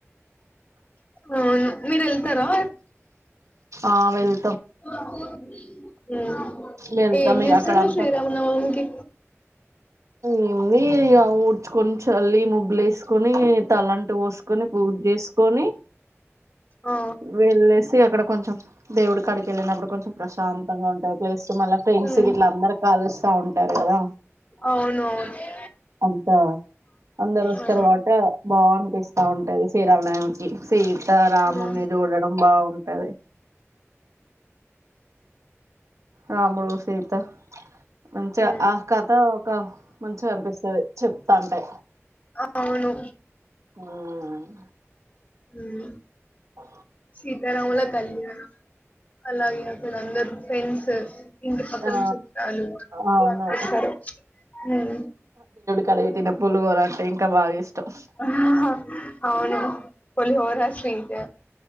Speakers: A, on the left (about 30°); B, on the right (about 80°).
A: అవును మీరు వెళ్తారా
B: ఆ వెళ్
A: ఓ కోతి ఉమ్
B: వెళ్తాం
A: ఏ చేస్తరు
B: ఇగ అక్కడ అంతా
A: శ్రీరామనమాంకి
B: ఎమ్ ఉంధి ఊడ్చుకొని చల్లి ముగ్గులు వేసుకొని తలంట పోసుకొని పూజ చేసుకొని
A: ఆ
B: వెలెస్ స అక్కడ కొంచెం దేవుడి కాడికి క వెళ్ళినప్పుడు కొంచెం ప్రశాంతంగా ఉంటాయి ప్లేస్ లో మళ్ళీ ఫ్రెండ్స్సా
A: ఉమ్
B: ఇట్లా అందరు కాల్సి వస్తా ఉంటారు కదా
A: అవును అవును
B: అంత అందరు వస్తారు
A: ఆ
B: కాబట్టి బాగు అనిప్పిస్తా ఉంటది శ్రీరామనవమికి సీతరాములు
A: ఆ
B: చూడడం బాగుంటది రాముడు సీత మంచిగా
A: ఉమ్
B: ఆ కథ ఒక మంచిగా కనిపిస్తుంది చెప్తాంటే
A: ఆ అవును
B: ఉమ్
A: ఉమ్
B: అఓ
A: సీత రాములా కళ్యాణం అలాగే అక్కడ అందరూ ఫ్రెండ్స్ ఇంటి పక్కచుట్టాలు
B: ఆ
A: అందరూ
B: అవును
A: కనిపిస్తారు ఉమ్
B: కలపెటినా పులిహోర అంటే ఇంకా బాగా ఇష్టం
A: ఆహ్ హా అవును పులిహోర స్వీట్